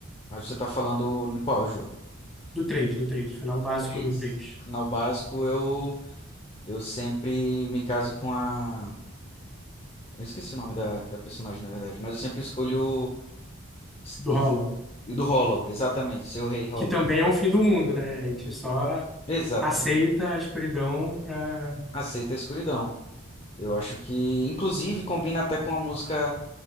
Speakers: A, on the left; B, in the centre.
A: Mas você tá falando no qual jogo?
B: Do três, do três, o final básico
A: Três.
B: do três,
A: Final básico, eu, eu sempre me caso com a. Eu esqueci o nome da, da personagem, na verdade, mas eu sempre escolho. Esqueci.
B: do Hollow.
A: Do Hollow, exatamente, seu rei Hollow.
B: Que também é um fim do mundo, né? A gente só
A: Exatamente.
B: aceita a escuridão para
A: Aceita a escuridão. Eu acho que, inclusive, combina até com a música